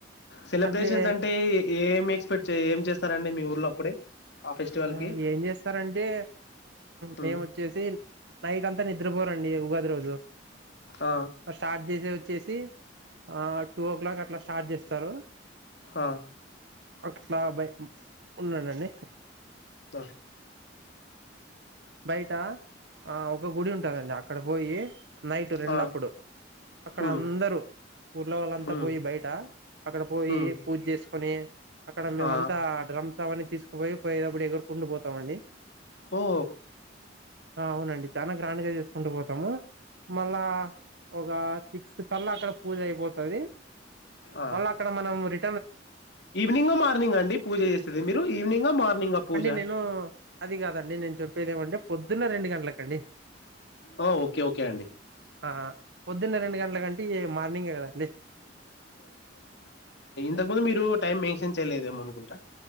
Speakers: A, on the left (about 65°); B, on the right (about 65°).
A: సెలబ్రేషన్స్
B: అట్లే
A: అంటే ఏం ఎక్స్పెక్ట్ ఏం చేస్తారండి మీ ఊర్లో అప్పుడే ఫెస్టివల్
B: ఆ
A: కి
B: ఏం చేస్తారంటే మేమువచ్చేసి
A: ఉమ్
B: నైట్ అంతా నిద్రపోరండి ఉగాది రోజు
A: ఆ
B: స్టార్ట్ చేసే వచ్చేసి ఆ టూ ఓ క్లాక్ అట్లా స్టార్ట్ చేస్తారు.
A: ఆ ఆ
B: అట్లా బై ఉన్నానండి
A: అ
B: బయటా ఆ ఒక గుడి ఉంటదండి. అక్కడ పోయి నైట్ రెండప్పుడు
A: ఆ
B: అక్కడ
A: ఉమ్
B: అందరూ ఊళ్ళో వాళ్ళంతా
A: ఉమ్
B: పోయి బయట అక్కడ పోయి
A: ఉమ్
B: పూజ చేసుకొని అక్కడ మేమంతా
A: ఆ
B: డ్రమ్స్ అవన్నీ తీసుకుపోయి పోయేటప్పుడు ఎగురుకుంటు పోతామండి.
A: ఓ
B: ఆ అవునండి చాలా గ్రాండ్ గా చేసుకుంటూ పోతాము. మళ్ళా ఆ ఒక సిక్స్ కళ్ళ అక్కడ పూజ అయిపోతది
A: ఆ
B: మళ్ళ అక్కడ మనం రి
A: ఈవినింగ్ ఆ మార్నింగ్ ఆ అండి పూజ చేసేది మీరు ఈవినింగ్ ఆ మ మార్నింగ్ పూజ
B: అండి నేను అది కాదండి నేను చెప్పేదేమంటే పొద్దున రెండు గంట్లకండి
A: ఆ ఓకే ఓకే అండి
B: ఆ పోద్దున్నే రెండు గంటల కంటే మార్నింగే కదండి
A: అంతకుముందు మీరు టైం మెన్షన్ చేయలేదేమో అనుకుంటా